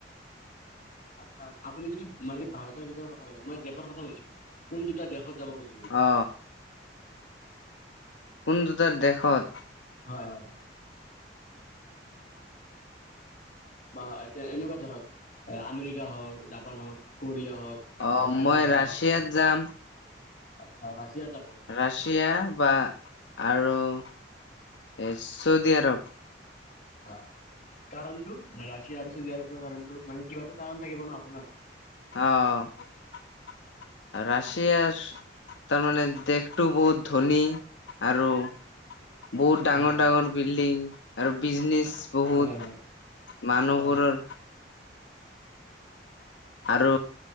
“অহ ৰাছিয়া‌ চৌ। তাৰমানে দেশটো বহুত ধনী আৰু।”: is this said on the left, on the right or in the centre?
Left